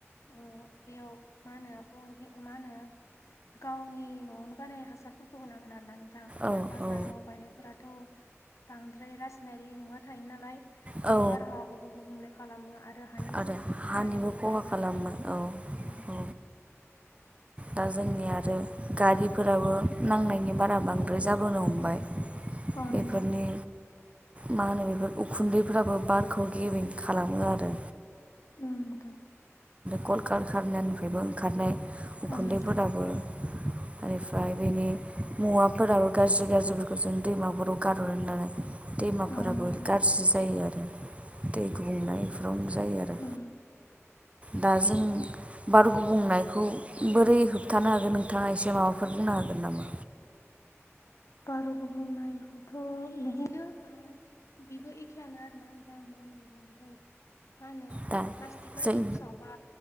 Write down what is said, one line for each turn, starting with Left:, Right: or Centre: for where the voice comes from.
Left: औ बेयाव मा होनो मा होनो गावनि न आवनो बानायनाय हासार होनांगोन आरो ना नोंथां
Right: औ
Left: बाजाराव
Right: औ
Left: बायनायफोराथ बांद्राय रा नारि मुवा थायो नालाय
Right: औ
Left: बियो बारहावाखौबो गुबुंले खालामो आरो हानि
Right: आरो
Left: गुनखौबो खमायलांहोयो
Right: हानिबो खहा
Left: आरोना
Right: खालामो
Left: नोंथां
Right: औ
Left: उम
Right: औ दा जोंनि आरो गारिफोराबो नांनाय नि बारा
Left: अ
Right: बांद्राय जाबोनो हमबाय
Left: नोंथां
Right: बेफोरनि मा होनो बेफोर उखुन्दैफ्राबो बारखौ गेबिं खालामो आरो
Left: ओम नोंथां
Right: कल खारनानिफ्रायबो ओंखारनाय उखुन्दैफोराबो
Left: अ नोंथां
Right: बेनिफ्राय बेनि मुवाफोराबो गाज्रि गाज्रिफोरखौ जों दैमाफोराव गारहरो नालाय दैमाफोराबो
Left: अ नोंथां
Right: गाज्रि जायो आरो दै गुबुंनाय बेफोरावनो जायो आरो
Left: उम अ
Right: दा जों बार गुबुंनायखौ बोरै होबथानो हागोन नोंथाङा एसे माबाफोर बुंनो हागोन नामा
Left: बार गुबुंनायखौथ' बिदिनो ओ बेबो एखेयानो आरोना नोंथां मा होनोमोन बांद्राय मा होनो
Right: दा
Left: प्लास्टिक बायदिखौ
Right: जों
Left: सावबा